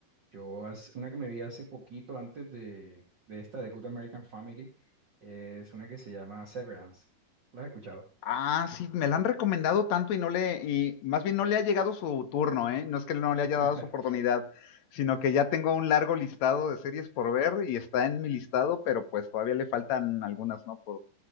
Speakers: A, on the right (about 35°); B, on the left (about 65°).
A: Yo, hace- una que me vi hace poquito antes de, de esta, de Good American Family, es una que se llama Severance. ¿La has escuchado?
B: Ah, sí, me la han recomendado tanto y no le, y más bien no le ha llegado su turno, ¿eh? No es que no le haya
A: <laughs>
B: dado su oportunidad, sino que ya tengo un largo listado de series por ver y está en mi listado, pero pues todavía le faltan algunas, ¿no? Por,